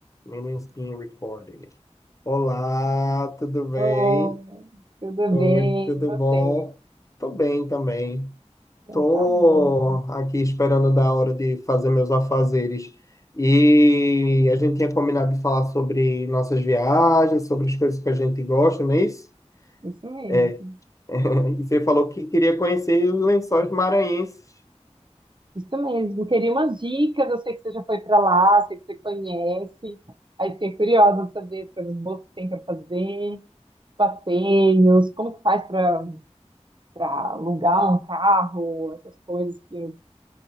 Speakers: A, on the left (about 25°); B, on the right (about 40°).
A: Meetings being recorded. Olá, tudo bem?
B: Oh, tudo
A: Oi,
B: bem,
A: tudo
B: e você?
A: bom? Tô bem também.
B: Então
A: Tô
B: tá bom.
A: aqui esperando da hora de fazer meus afazeres. E a gente tinha combinado de falar sobre nossas viagens, sobre as coisas que a gente gosta, não é isso?
B: Isso mesmo.
A: É. <laughs> E você falou que queria conhecer os lençóis maranhenses.
B: Isso mesmo. Queria umas dicas. Eu sei que você já foi pra lá, sei que você conhece. Aí fiquei curiosa de saber as coisas boas que tem para fazer, passeios, como que faz para para alugar um carro, essas coisas que eu